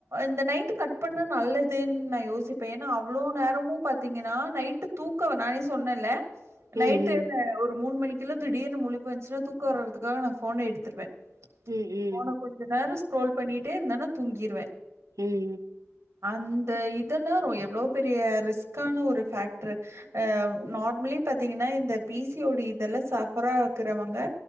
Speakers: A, on the right; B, on the right.
A: இந்த நைட்டு கட் பண்ண நல்லதுன்னு நா யோசிப்ப‌ ஏனா அவ்ளோ நேரமு பாத்தீங்கன்னா நைட்டு தூக்க வ நானே சொன்னேல
B: ம், ம்.
A: நைட்டு ந ஒரு மூணு மணிக்கெல்லா திடீர்னு மூழிப்பு வந்துச்சுன்னா தூக்க வர்றதுக்காக நா ஃபோன எடுத்துருவ
B: ம், ம்.
A: ஃபோன கொஞ்ச நேரோ ஸ்க்ரோல் பண்ணிட்டே இருந்தனா தூங்கிருவ
B: ம்
A: அந்த இதெல்லா ரொ எவ்ளோ பெரிய ரிஸ்க்கான ஒரு ஃபக்ட்ரு அ நார்மலி பாத்தீங்கன்னா இந்த பி சி ஓ டி இதுல்ல சஃப்ரா ஆக்குறவங்க